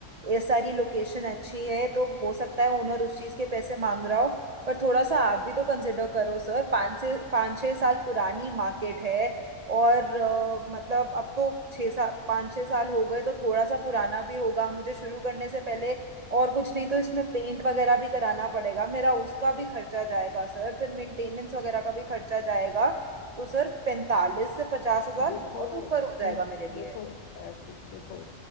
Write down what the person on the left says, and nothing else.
देखो
फिर
देखो ऐसे देखो